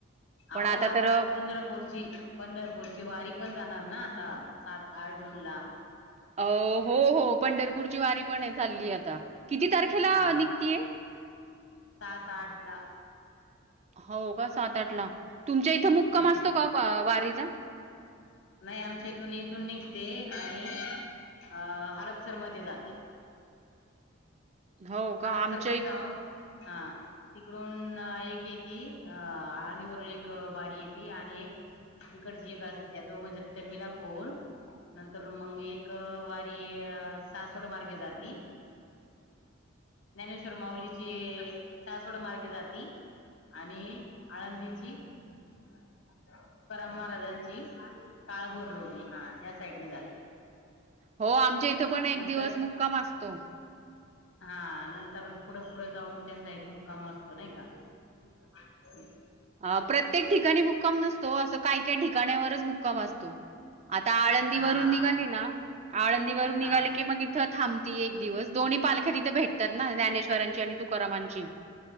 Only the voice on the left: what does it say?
आहो आता
प पंढरपूरची पंढरपूरची ची वारी पण जाणार ना आता सात आठ जून ला
हा
हा
सात आठ ला
हम्म
नाही आमच्या इथून इथून निघते आणि अ... हडपसर मध्ये जाते
हडपसर
मध्ये
जाऊन हा, तिकडून... अ... एक येती... अ अळणी वरून एक वारी येती आणि एक इकडची एक असते, त्या दोघांचा तिथं मिलाफ होऊन नंतरुन मग एक... अ... वारी अ... सासवड मार्गे जाती
ज्ञानेश्वर माऊलीची सासवड मार्गे जाती आणि आळंदीची? तुकाराम महाराजांची... काळभोर लोणी... हा, या साइडनं जाते
नंतर
हा नंतर पुढ पुढ जाऊन त्यांचा एक मुक्काम असतो नाही का. <unintelligible>
हा हा
हा